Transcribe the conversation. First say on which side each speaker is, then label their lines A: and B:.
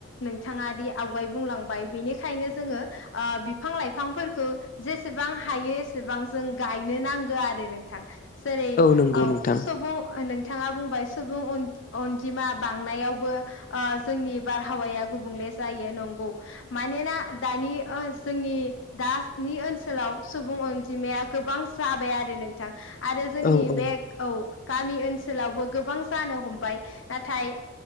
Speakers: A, on the left (about 65°); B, on the left (about 40°).
A: नोंथाङा दि आवगाय बुंलांबाय बेनिखायनो जोङो ओ बिफां लाइफांफोरखौ जेसेबां हायो एसेबां जों गायनो नांगौ आरो नोंथां जेरै
B: नंगौ
A: औ
B: नोंथां
A: सबुं ओ नोंथाङा बुंबाय सुबुं अन-अनजिमा बांनायावबो ओ जोंनि बारहावाया गुबुंले जायो नंगौ मानोना दानि ओ जोंनि दानि ओनसोलाव सुबुं अनजिमाया गोबां जाबाय आरो नोंथां आरो जोंनि
B: औ औ
A: बे औ गामि ओनसोलावबो गोबां जानो हमबाय नाथाय